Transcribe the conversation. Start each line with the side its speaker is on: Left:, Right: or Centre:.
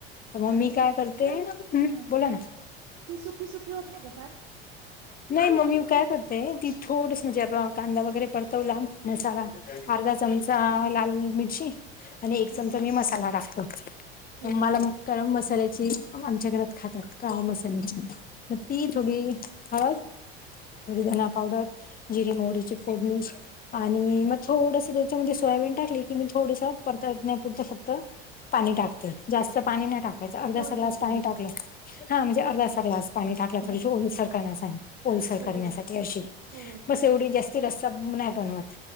Left: तर मग
Right: आणि
Left: मी काय
Right: ती
Left: करते, ह्म
Right: हा
Left: बोला ना
Right: ती सुकी सुकी होत नाही का फार <unintelligible>
Left: नाही मग मी काय करते, ती थोडस
Right: हा
Left: म्हणजे आपण कांदा वगैरे परतवला, मसाला अर्धा चमचा लाल मिरची आणि एक
Right: हम्म
Left: चमचा मी मसाला टाकतो.
Right: हो
Left: प मला गरम मसाल्याची आमच्या घरात खातात, काळ्या मसाल्याची मग ती
Right: हम्म
Left: थोडी हळद, थोडी धना पावडर, जिरी मोहरीची फोडणी आणि मग थोडस त्याच्यामध्ये सोयाबीन टाकली की, मी थोडस परता य ना पुरतं फक्त पाणी टाकते जास्त पाणी
Right: ओके
Left: नाही टाकायचं, अर्धासा
Right: दोन
Left: ग्लास
Right: तीन
Left: पाणी
Right: चमचे
Left: टाकला हा म्हणजे अर्धासाा ग्लास पाणी टाकला
Right: अर्धासा
Left: थोडीशी ओलसर
Right: ग्लास
Left: करण्यासाठी ओलसर
Right: हो
Left: करण्यासाठी
Right: हो
Left: अ
Right: हो हो
Left: बस एवढी जास्ती रस्ता नाही बणवत